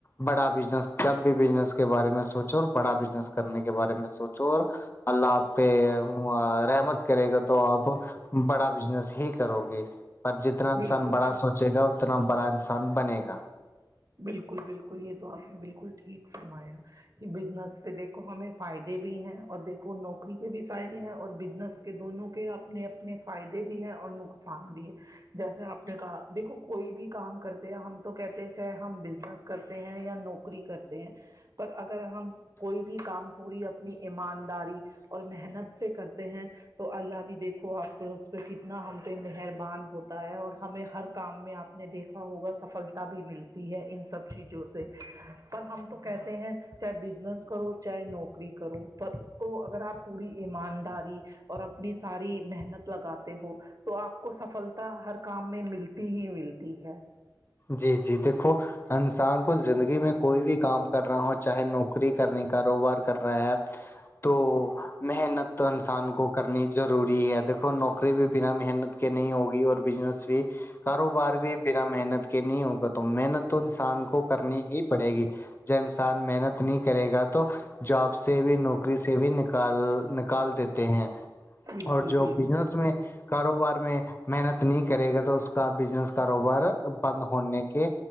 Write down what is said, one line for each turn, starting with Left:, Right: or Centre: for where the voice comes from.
Left: بڑا بزنس جب بھی بزنس کے بارے میں سوچو اور بڑا بزنس کرنے کے بارے میں سوچو اور اللہ آپ پہ ا رحمت کرے گا تو آپ بڑا بزنس ہی کرو گے پر جتنا
Right: بالکل
Left: انسان بڑا
Right: بالکل
Left: سوچے گا اتنا بڑا انسان بنے گا
Right: بالکل بالکل یہ تو آپ نے بالکل ٹھیک فرمایا کہ بزنس سے دیکھو ہمیں فائدے بھی ہیں اور دیکھو نوکری کے بھی فائدے ہیں اور بزنس کہ دونوں کے اپنے اپنے فائدے بھی ہیں اور نقصان بھی ہے جیسے آپ نے کہا دیکھو کوئی بھی کام کرتے ہیں ہم تو کہتے ہیں چاہے ہم بزنس کرتے ہیں یا نوکری کر تے ہیں پر اگر ہم کوئی بھی کام پوری اپنی ایمانداری اور محنت سے کرتے ہیں تو اللہ بھی دیکھو آپ پہ اس پہ کتنا ہم پہ مہربان ہوتا ہے اور ہمیں ہر کام میں آپ نے دیکھا ہوگا سفلتا بھی ملتی ہے ان سب چیزوں سے پر ہم تو کہتے ہیں چاہے بزنس کرو چاہے نوکری کرو پر اس کو اگر آپ پوری ایمانداری اور اپنی ساری محنت لگاتے ہو تو آپ کو سفلتا ہر کام میں ملتی ہی ملتی ہے
Left: جی جی دیکھو انسان کو زندگی میں کوئی بھی کام کر رہا ہو چاہے نوکری کرنی کاروبار کر رہا ہے تو محنت تو انسان کو کرنی ضروری ہے دیکھو نوکری بھی بنا محنت کے نہیں ہوگی اور بزنس بھی کاروبار بھی بنا محنت کہ نہیں ہوگا تو محنت تو انسان کو کرنی ہی پڑے گی جو انسان محنت نہیں کرے گا تو جاب سے بھی نوکری سے بھی نکال نکال دیتے ہیں
Right: بالکل
Left: اور جو
Right: بالکل
Left: بزنس میں کاروبار میں محنت نہیں کرے گا تو اس کا بزنس کاروبار بند ہونے کے